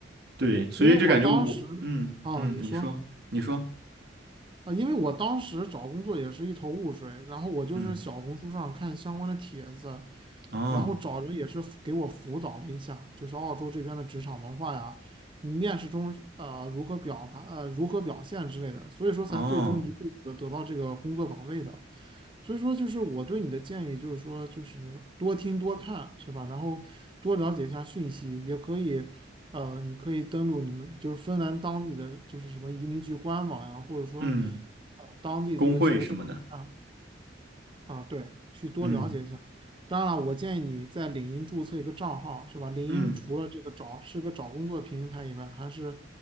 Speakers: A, on the right; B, on the right.
A: 对，所以就感觉我，
B: 因为我当时
A: 嗯嗯，
B: 啊，你说。
A: 你说，你说。
B: 啊，因为我当时找工作也是一头雾水，然后我就是小红书上看相关的帖子，
A: 嗯。哦
B: 然后找人也是辅给我辅导了一下，就是澳洲这边的职场文化呀，面试中呃如何表达呃如何表现之类的，所以说才最终一步的得到这个工作岗位的。
A: 哦，
B: 所以说，就是我对你的建议，就是说，就是多听多看，是吧？然后多了解一下讯息，也可以，呃，你可以登录你们就是芬兰当地的就是什么移民局官网呀，或者说，
A: 嗯，
B: 呃，当地这个求职网站
A: 工会什么的，
B: 啊，对，去多了解一下。
A: 嗯
B: 当然了，我建议你在领英注册一个账号，是吧？领英除了这个找是个找工作平台以外，
A: 嗯
B: 还是